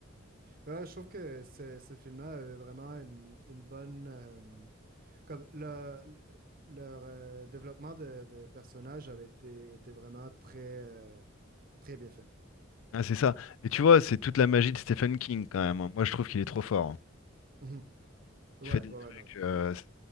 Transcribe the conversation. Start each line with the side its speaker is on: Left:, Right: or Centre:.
Right: Mais ouais, je trouve que ce, ce film-là a vraiment une, une bonne... euh, comme le- leur euh, développement de, de personnages avait été, était vraiment très, euh, très bien fait.
Left: Ah, c'est ça. Et tu vois, c'est toute la magie de Stephen King, quand même. hein. Moi, je trouve qu'il est trop fort. hein.
Right: Mhm. Ouais,
Left: Il fait des
Right: ouais,
Left: trucs.
Right: ouais, non,
Left: euh,
Right: clair.